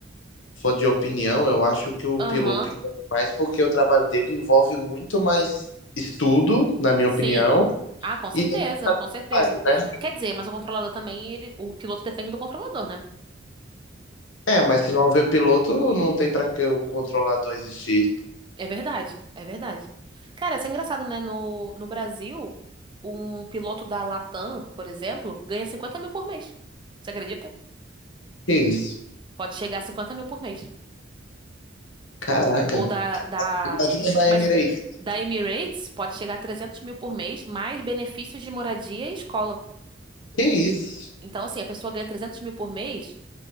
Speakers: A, on the left; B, on the right.
A: for de opinião, eu acho que o
B: Aham.
A: piloto envolve mais porque o trabalho dele envolve muito mais estudo, na minha
B: Sim.
A: opinião,
B: Ah, com certeza,
A: e responsabilidade,
B: com certeza.
A: né?
B: Quer dizer, mas o controlador também, ele, o piloto depende do controlador, né?
A: É, mas se não houver piloto, não tem para que o controlador existir.
B: É verdade, é verdade. Cara, isso é engraçado, né? No, no Brasil, um piloto da Latam, por exemplo, ganha cinquenta mil por mês. Você acredita?
A: Que isso?
B: Pode chegar a cinquenta mil por mês.
A: Caraca.
B: Ou da, da,
A: Imagina
B: e-
A: da
B: mas
A: Emirates.
B: da Emirates pode chegar a trezentos mil por mês, mais benefícios de moradia e escola.
A: Que isso?
B: Então, assim, a pessoa ganha trezentos mil por mês,